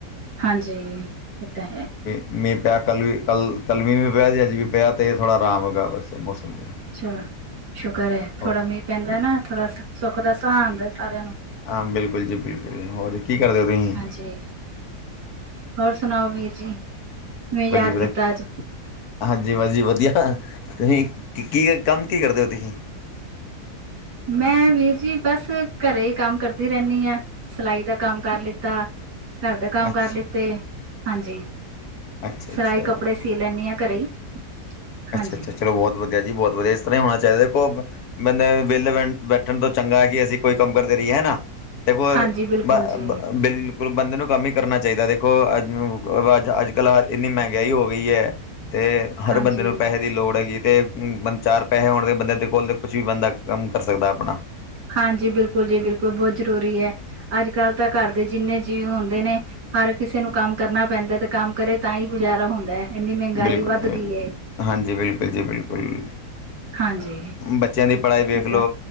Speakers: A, on the right; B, on the left.
A: ਹਾਂਜ, ਇਹ ਤਾਂ ਹੈ।
B: ਮਿਹ ਪਿਆ ਕੱਲ ਵੀ ਕੱਲ-ਕੱਲ ਮੀਂ ਪਿਆ ਸੀ ਅੱਜ ਵੀ ਪਿਆ ਤਾਂ ਥੋੜ੍ਹਾ ਆਰਾਮ ਹੋਗਾ ਬਸ ਮੌਸਮ ਤੇ।
A: ਚਲੋ ਸ਼ੁਕਰ ਹੈ,
B: ਹੋ
A: ਥੋੜਾ ਮੀਂਹ ਪੈਂਦਾ ਹੈ ਨਾ ਥੋੜਾ ਸੁੱਖ ਦਾ ਸਿਹ ਆਉਂਦਾ ਸਾਰਿਆਂ ਨੂੰ।
B: ਹਾਂ, ਬਿਲਕੁਲ ਜੀ ਬਿਲਕੁਲ, ਹੋਰ ਕੀ ਕਰਦੇ ਹੋ ਤੁਸੀਂ?
A: ਜੀ, ਹੋਰ ਸੁਣਾਓ ਵੀਰ ਜੀ ਕਿਵੇਂ ਯਾਦ
B: ਵਜੀ ਵਧ
A: ਕੀਤਾ ਅੱਜ?
B: ਹਾਂਜੀ, ਬਸ ਜੀ ਵਧੀਆ ਤੁਸੀਂ ਕੀ ਕੰਮ ਕੀ ਕਰਦੇ ਹੋ ਤੁਸੀਂ?
A: ਮੈਂ ਵੀਰ ਜੀ ਬਸ ਘਰੇ ਹੀ ਕੰਮ ਕਰਦੀ ਰਹਿੰਦੀ ਹਾਂ। ਸਿਲਾਈ ਦਾ ਕੰਮ ਕਰ ਲਿੱਤਾ। ਘਰ ਦੇ ਕੰਮ
B: ਅੱਛਾ
A: ਕਰ ਲਿੱਤੇ ਹਾਂਜੀ,
B: ਅੱਛਾ
A: ਸਲਾਈ
B: ਅੱਛਾ
A: ਕੱਪੜੇ ਸੀ ਸੀ ਲੈਂਦੀ ਹਾਂ ਘਰੇ ਹੀ। ਹਾਂਜੀ
B: ਅੱਛਾ-ਅੱਛਾ, ਚਲੋ ਬਹੁਤ ਵਧੀਆ ਜੀ- ਬਹੁਤ ਵਧੀਆ ਇਸ ਤਰ੍ਹਾਂ ਹੀ ਹੋਣਾ ਚਾਹੀਦਾ ਦੇਖੋ ਬੰਦੇ ਵਿਲੇ ਬੈ ਬੈਠਣ ਤੋਂ ਚੰਗਾ ਕਿ ਅਸੀਂ ਕੋਈ ਕੰਮ ਕਰਦੇ ਰਹੀਏ ਹੈ ਹੈਨਾ ਦੇਖੋ
A: ਹਾਂਜੀ ਬਿਲਕੁਲ
B: ਬਿਲ
A: ਜੀ
B: ਬੰਦੇ ਨੂੰ ਕੰਮ ਹੀ ਕਰਨਾ ਚਾਹੀਦਾ, ਦੇਖੋ ਅ ਅੱ ਅੱਜ-ਕੱਲ੍ਹ ਇੰਨੀ ਮਹਿੰਗਾਈ ਹੋ ਗਈ ਹੈ। ਤੇ ਹਰ
A: ਹਾਂਜੀ
B: ਬੰਦੇ ਨੂੰ ਪੈਸੇ ਦੀ ਲੋੜ ਹੈਗੀ ਤੇ ਚਾਰ ਪੈਸੇ ਹੋਣ ਦੇ ਬੰਦੇ ਦੇ ਕੋਲ ਕੁਛ ਵੀ ਬੰਦਾ ਕੰਮ ਕਰ ਸਕਦਾ ਆਪਣਾ।
A: ਹਾਂਜੀ, ਬਿਲਕੁਲ ਜੀ ਬਿਲਕੁਲ, ਬਹੁਤ ਜ਼ਰੂਰੀ ਹੈ। ਅੱਜ- ਕੱਲ ਤਾਂ ਘਰ ਦੇ ਜਿੰਨੇ ਜੀਵ ਹੁੰਦੇ ਨੇ ਹਰ ਕਿਸੇ ਨੂੰ ਕੰਮ ਕਰਨਾ ਪੈਂਦਾ ਤੇ ਕੰਮ ਕਰੇ ਤਾਂ ਹੀ ਗੁਜ਼ਾਰਾ ਹੁੰਦਾ ਹੈ। ਇੰਨੀ ਮਹਿੰਗਾਈ
B: ਬਿਲਕੁਲ
A: ਵੱਧ ਗਈ ਹੈ
B: ਹਾਂਜੀ, ਬਿਲਕੁਲ ਜੀ ਬਿਲਕੁਲ।
A: ਹਾਂਜੀ
B: ਬੱਚਿਆਂ ਦੀ ਪੜ੍ਹਾਈ ਵੇਖ
A: ਇਹ
B: ਲੋ
A: ਤਾਂ